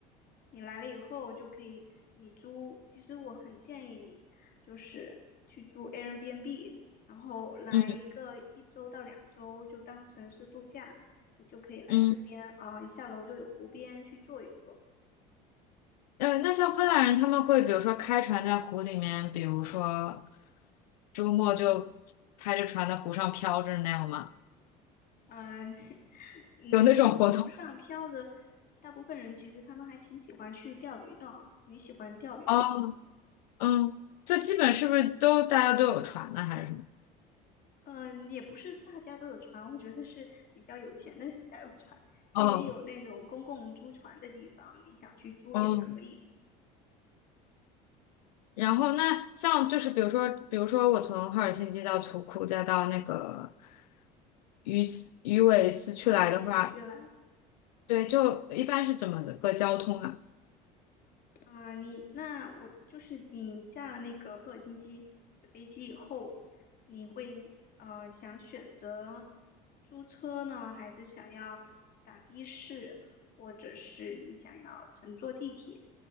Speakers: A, on the left; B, on the left.
A: 你来了以后就可以，你租，其实我很建议你就是去租 Airbnb，然后来一个一周到两周，
B: 嗯
A: 就当成是度假，你就可以来这边啊、
B: 嗯
A: 下楼就有湖边去坐一坐，
B: 呃，那像芬兰人他们会比如说开船在湖里面，比如说周末就开着船在湖上飘着那样吗？
A: 嗯、<laughs> 嗯，
B: 有那种活动？
A: 湖上漂着，大部分人其实他们还挺喜欢去钓鱼的啊，你喜欢钓鱼吗？
B: 哦，嗯，就基本是不是都大家都有船呢，还是什么？
A: 嗯，也不是大家都有船，我觉得是比较有钱的人家有船，它也有那种公共租船的地方，
B: 哦，
A: 你想去租也可以
B: 哦，然后那像就是比如说，比如说我从赫尔辛基到图库再到那个鱼斯鱼尾斯去来的话，
A: 啊，有也是去来。
B: 对，就一般是怎么个交通啊？
A: 啊，你那我就是你下了那个赫尔辛基的飞机以后，你会呃想选择租车呢，还是想要打的士，或者是你想要乘坐地铁？